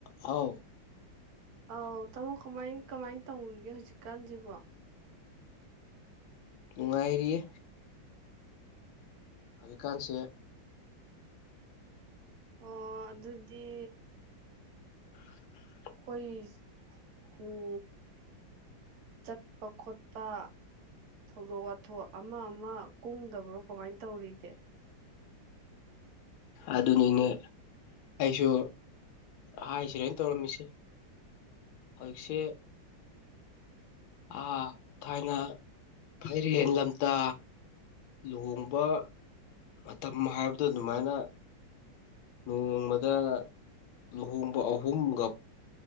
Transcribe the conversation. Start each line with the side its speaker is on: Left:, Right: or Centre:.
Left: ꯍꯥꯎ
Right: ꯑꯥꯎ ꯇꯥꯃꯣ ꯀꯃꯥꯏ ꯀꯃꯥꯏꯅ ꯇꯧꯔꯤꯒꯦ ꯍꯧꯖꯤꯛꯀꯥꯟꯁꯤꯕꯣ
Left: ꯅꯨꯡꯉꯥꯏꯔꯤꯌꯦ ꯍꯧꯖꯤꯛꯀꯥꯟꯁꯦ
Right: ꯑꯣ ꯑꯗꯨꯗꯤ
Left: <unintelligible>
Right: ꯑꯩꯈꯣꯏ ꯆꯠꯄ ꯈꯣꯠꯄ ꯊꯧꯗꯣꯛ ꯋꯥꯊꯣꯛ ꯑꯃ ꯑꯃ ꯀꯨꯡꯗꯕ꯭ꯔꯣ ꯀꯃꯥꯏꯅ ꯇꯧꯔꯤꯒꯦ
Left: ꯑꯗꯨꯅꯤꯅꯦ ꯑꯩꯁꯨ ꯍꯥꯏꯁꯤꯔꯅ ꯇꯧꯔꯝꯃꯤꯁꯤ ꯍꯧꯖꯤꯛꯁꯦ ꯑꯥ ꯊꯥꯏꯅ ꯐꯩꯔꯦꯟ ꯂꯝꯇꯥ ꯂꯨꯍꯣꯡꯕ ꯃꯇꯝ ꯍꯥꯏꯕꯗꯣ ꯑꯗꯨꯃꯥꯏꯅ ꯅꯣꯡꯃꯗ ꯂꯨꯍꯣꯡꯕ ꯑꯍꯨꯝꯒ